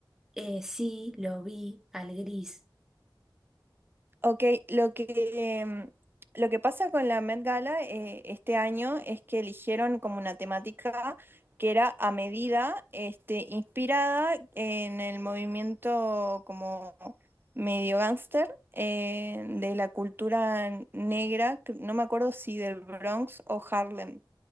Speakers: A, in the centre; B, on the right.
A: Eh, sí, lo vi al gris.
B: Ok, lo que, em, lo que pasa con la Met Gala eh, este año es que eligieron como una temática que era a medida, este, inspirada en el movimiento como medio gángster eh, de la cultura negra, que no me acuerdo si del Bronx o Harlem.